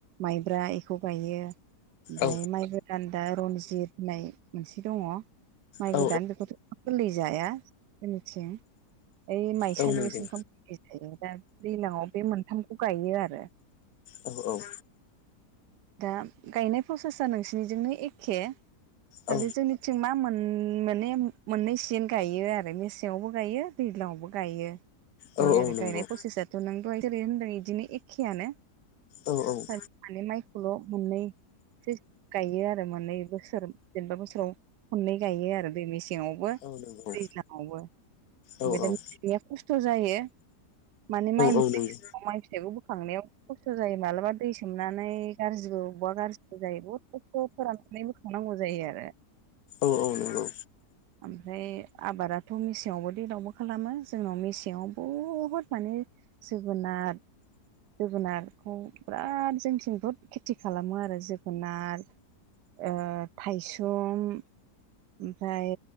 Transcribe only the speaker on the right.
माइब्रा इखौ गायो ओमफ्राय
माइ गान्दा रनजित होननाय मोनसे दङ माइ
गोदान बेखौथ'। गोरलै जाया जोंनिथिं। ओइ माइसालि
<unintelligible> ओंखाम <unintelligible> दैलाङाव बे मोनथामखौ गायो आरो।
दा गायनाय प्रसेसा नोंसिनिजोंनो एखे खालि
जोंनि थिं मा मोन मोननै मोननै सिजोन गायो आरो मेसेङावबो गायो। दैलां आवबो गायो
बे
आरो
गायनाय प्रसेसाथ' नों दहाय जेरै होनदों बिदिनो एखेयानो
खालि माने माइखौल' मोननै सो गायो आरो मोननै बोसोर जेनेबा बोसोराव खननै गायो आरो दै मेसेङावबो
दैज्लाङावबो।
ओमफ्राय
दाया खस्थ' जायो माने माइ मोननाय
सम माइ फिथाइखौ बोखांनायाव। खस्थ' जायो मालाबा दै सोमनानै गाज्रिबो अबावबा गाज्रिबो जायो बहुद खस्थ' फोराननानै <unintelligible> सनांगौ जायो आरो।
ओमफ्राय आबादाथ' मेसेङावबो दैलाङाव बो खालामो जोंनाव मेसेङाव बुहुद माने जोगोनार जोगोनारखौ बिराद जोंथिं बहुद खेथि खालामो आरो जोगोनार। ओ थायसुम। ओमफ्राय